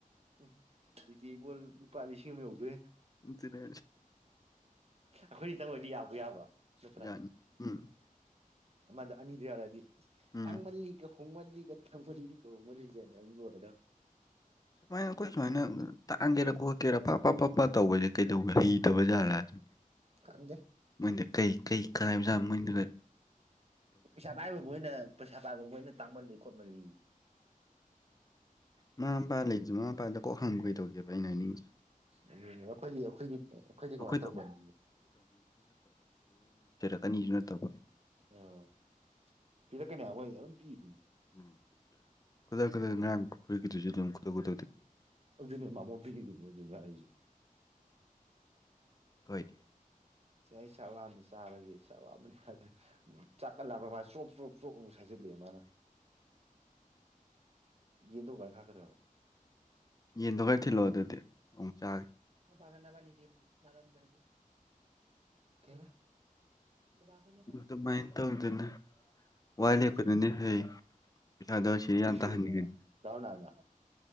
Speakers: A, on the right (about 45°); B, on the left (about 25°).
A: ꯎ ꯑꯗꯨꯗꯤꯕꯣꯜ ꯂꯨꯄꯥ ꯂꯤꯁꯤꯡ ꯑꯃ ꯌꯧꯗꯦ
B: ꯎ ꯁꯤꯔ
A: ꯑꯩꯈꯣꯏꯅꯤ ꯆꯪ ꯑꯣꯏꯣꯏꯗꯤ ꯌꯥꯕ ꯌꯥꯕ ꯅꯠꯇ꯭ꯔꯥ
B: ꯌꯥꯅꯤ ꯎꯝ
A: ꯃꯗꯨ ꯑꯅꯤꯗꯤ ꯑꯣꯏꯔꯗꯤ
B: ꯎꯝ
A: ꯇꯥꯡꯃꯜꯜꯂꯤꯒ ꯍꯨꯃꯟ ꯂꯤ ꯀ ꯈꯃꯜꯀ ꯍꯃꯅꯤꯒꯦꯗꯥ
B: ꯃꯥꯏ ꯀꯁꯨ ꯃꯅ ꯇꯥꯛꯍꯒꯦꯥ ꯈꯣꯠꯀꯦꯔꯥ ꯄꯞ ꯄ ꯄꯞ ꯄ ꯇꯧꯕꯁꯦ ꯀꯩꯗꯧꯦ ꯍꯩꯗꯕ ꯥꯂꯥꯁꯤ
A: ꯈꯪꯗꯦ
B: ꯃꯣꯏꯗ ꯀꯩ ꯀꯩ ꯀꯥꯏꯕꯖꯥꯠ ꯃꯣꯏꯅ
A: ꯄꯩꯁꯥ ꯄꯥꯏꯕ ꯃꯣꯏꯅ ꯄꯩꯁꯥ ꯄꯥꯏꯕ ꯃꯣꯏꯅ ꯇꯥꯡꯃꯜꯂꯤ ꯈꯣꯠꯃꯜꯂꯤ <inaudible>
B: ꯃꯃ ꯃꯄꯥ ꯂꯩꯁꯦ ꯃꯃꯥ ꯃꯄꯥꯗ ꯀꯣꯛ ꯍꯪꯕ ꯀꯩꯗꯧꯒꯦꯕ ꯑꯩꯅ ꯍꯥꯏꯅꯤꯡꯉꯁꯦ
A: ꯑꯗꯨꯅꯦ ꯑꯩꯈꯣꯏꯗꯤ ꯑꯩꯈꯣꯏꯒꯤ ꯑꯩꯈꯣꯏꯗꯤ
B: ꯑꯩꯈꯣꯏꯗꯧ
A: ꯀꯃꯥꯏꯅ ꯇꯧꯕꯅꯤ
B: ꯑꯅꯤꯁꯨ ꯅꯠꯇꯕ
A: ꯑꯥ ꯄꯤꯔꯛꯀꯅꯤ ꯍꯋꯥꯏꯁ ꯑꯗꯨꯝ ꯄꯤꯗꯅꯤ
B: ꯎꯝ ꯀꯗꯥꯔ ꯈꯨꯗꯔ ꯃꯌꯥꯝꯗꯁꯨ ꯑꯗꯨꯝ ꯈꯨꯗ ꯈꯨꯗ
A: ꯅꯦ ꯃꯥꯃꯣꯇꯤ ꯀ ꯑꯗꯨ ꯍꯥꯏꯁ
B: ꯐꯗ
A: ꯁꯤ ꯑꯩ ꯁꯛ ꯂꯥꯝꯅꯤ ꯆꯥꯔꯒꯤ ꯁꯛ ꯂꯥꯕꯅꯤ ꯑꯗꯨ ꯆꯥꯛꯀꯠꯂꯕ ꯃꯥ ꯆꯣꯞ ꯆꯣꯞ ꯆꯣꯨ ꯍꯥꯏꯖꯤꯂ ꯃꯥꯅ ꯌꯦꯗ ꯏꯈꯥꯈ꯭ꯔꯦꯣ
B: ꯌꯦꯟꯗꯣ ꯈꯔ ꯊꯤꯜꯂꯛꯑꯣ ꯑꯗꯨꯗꯤ ꯑꯃꯨꯛ ꯆꯥꯒꯦ
A: ꯒꯥꯟꯗ ꯄꯅꯤꯒꯤ ꯃꯔꯔꯗ ꯗꯨꯚꯒꯗ ꯄ
B: ꯑꯗꯨꯃꯥꯏꯅ ꯇꯧꯗꯅ ꯋꯥ ꯂꯦꯞꯀꯗꯨꯅꯤ
A: ꯔ
B: ꯐꯩ ꯄꯩꯁꯥꯗꯣ ꯁꯤ
A: ꯃꯤꯁꯨꯨꯔ
B: ꯌꯥꯝ ꯇꯥꯍꯟꯅꯤꯡꯉꯗꯤ
A: ꯗꯔꯨꯅꯥꯔꯅꯥ